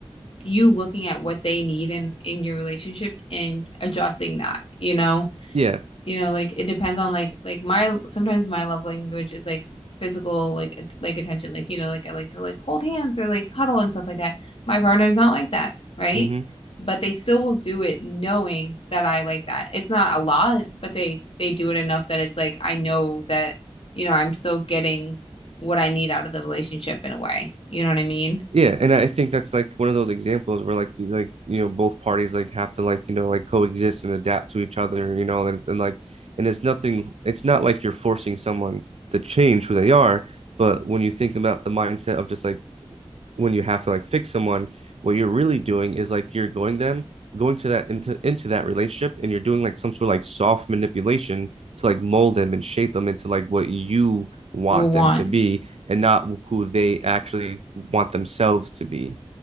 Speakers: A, on the left (about 60°); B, on the right (about 80°).
A: you looking at what they need in in your relationship and adjusting that, you know?
B: Yeah.
A: you know, like it depends on like like my sometimes my love language is like physical like at- like attention, like you know, like I like to like hold hands or like cuddle and stuff like that. My partner is not like that, right?
B: hmm
A: But they still will do it knowing that I like that. It's not a lot, but they they do it enough that it's like I know that, you know, I'm still getting what I need out of the relationship in a way. You know what I mean?
B: Yeah, and I think that's like one of those examples where like you like you know both parties like have to like you know like coexist and adapt to each other, you know, and, and like and it's nothing it's not like you're forcing someone to change who they are, but when you think about the mindset of just like when you have to like fix someone, what you're really doing is like you're going them going to that into into that relationship and you're doing like some sort of like soft manipulation to like mold them and shape them into like what you want
A: Will want.
B: them to be and not who they actually want themselves to be.